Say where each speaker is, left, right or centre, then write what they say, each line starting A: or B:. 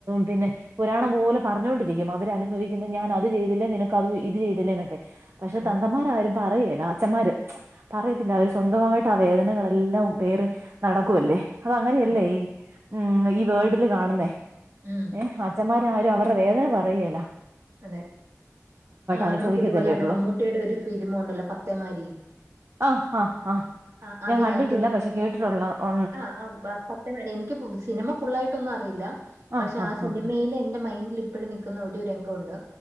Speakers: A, on the right (about 55°); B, on the right (about 70°).
A: പിന്നെ പുരാണം പോലെ പറഞ്ഞോണ്ടിരിക്കും. അവരനുഭവിക്കുന്ന ഞാനത് ചെയ്തില്ലേ നിനക്ക് അത് ഇത് ചെയ്തില്ലേ എന്നൊക്കെ പക്ഷെ
B: അതെ
A: തന്തമാര്. എരും പറയെല്ല അച്ചാൻമ്മാര് പറയത്തില്ല. അവര് സ്വന്തമായിട്ട് ആ വേദനകളെല്ലാം പേറി നടക്കുവല്ലേ. അത അങ്ങനെയല്ലേ
B: അതെ അതെ
A: ഈ ഉം ഈ വേൾഡില് കാണുന്നേ.
B: ഉം
A: ഏ അച്ഛന്മാരായ അവരുടെ വേദന പറയെല്ല.
B: അതെ ആ
A: അനുഭവിക്കത്തല്ലേ
B: നമുക്ക് ഇതുപോലെ തന്നെ
A: ഉള്ളൂ
B: മമ്മൂട്ടിയുടെ ഒരു ഫിലിമോണ്ടല്ലോ പത്തേമാരി.
A: ആഹആഹ്
B: ആ
A: ഞാൻ
B: അതിനകത്ത്
A: കണ്ടിട്ടില്ല പക്ഷെ കേട്ടിട്ടുള്ള ഓ
B: ആ ആ പത്തേമാരി എനിക്ക് സിനിമ ഫുള്ള ആയിട്ടൊന്നും അറിയില്ല.
A: ആഹ്
B: പക്ഷെ
A: ആഹ്
B: ആ സിനിമയിൽ എന്റെ മൈൻഡ് ഇപ്പോഴും നിൽക്കുന്ന ഒരു രംഗംണ്ട്